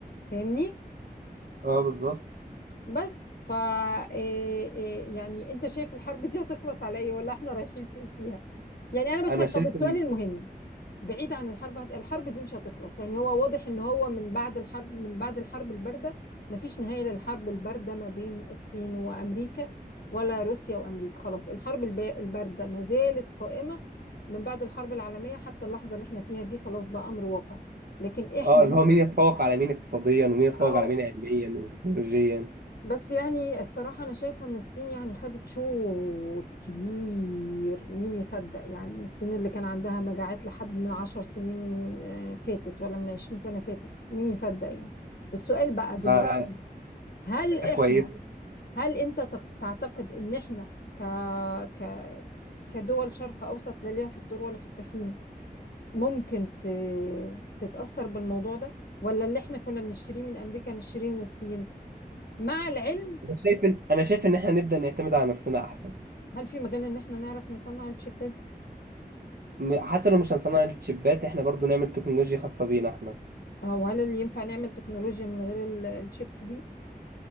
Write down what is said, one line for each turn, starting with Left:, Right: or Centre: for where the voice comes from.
Left: فاهمني
Right: اه بالظبط
Left: بس ف إيه- إيه، يعني انت شايف الحرب دي هتخلص على ايه ولا احنا رايحين فين فيها يعني انا بس
Right: انا
Left: طب
Right: شايف
Left: سؤالي
Right: ان
Left: المهم بعيد عن الحرب هت... الحرب دي مش هتخلص يعني هو واضح ان هو من بعد الحرب من بعد الحرب الباردة مفيش نهاية للحرب الباردة ما بين الصين وامريكا ولا روسيا وامريكا خلاص الحرب الب... الباردة ما زالت قائمة من بعد الحرب العالمية حتى اللحظة اللي احنا فيها دي خلاص بقى امر واقع لكن احنا
Right: اه اللي هو مين يتفوق على مين اقتصاديا ومين يتفوق
Left: أو-
Right: على مين علميا وتكنولوجيا
Left: بس يعني الصراحة أنا شايفة إن الصين يعني خدت شوط كبير مين يصدق يعني الصين اللي كان عندها مجاعات لحد من عشر سنين آه، فاتت ولا من عشرين سنة فاتت مين يصدق يعني السؤال بقى
Right: فبداية
Left: دلوقتي هل إحنا
Right: كويسة
Left: هل أنت تق- تعتقد إن إحنا ك ك كدول شرق أوسط لا ليها في الطور ولا في الطحين ممكن ت... تتأثر بالموضوع ده ولا اللي إحنا كنا بنشتريه من أمريكا نشتريه من الصين مع العلم
Right: انا شايف ان انا شايف ان احنا نبدأ نعتمد على نفسنا احسن
Left: هل في مجال ان احنا نعرف نصنع الشيبات دي
Right: م- حتى لو مش هنصنع الشيبات احنا برضو نعمل تكنولوجيا خاصة بينا احنا
Left: او هل اللي ينفع نعمل تكنولوجيا من غير ال- الشيبس دي